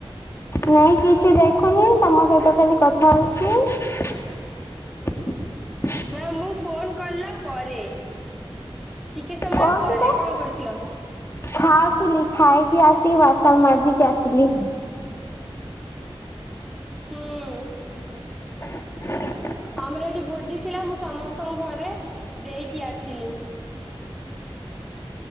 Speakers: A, on the left; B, in the centre.
A: ନାଇଁ କିଛି ଦେଖୁନି ତମ ସହିତ ଖାଲି କଥା ହଉଛି। <unintelligible>
B: ନା ମୁଁ ଫୋନ କଲା ପରେ। ଟିକେ ସମୟ
A: କହୁଚି
B: ପରେ
A: ବା
B: କଣ କରୁଥିଲ?
A: ଖାଉଥିଲି ଖାଇକି ଆସିକି ବା ସନ ମାଜିକି ଆସିଲି।
B: ହୁଁ।
A: <unintelligible>
B: ଆମର ଏଠି ଭୋଜି ଥିଲା ମୁଁ ସମସ୍ତଙ୍କ ଘରେ ଦେଇକି ଆସିଲି।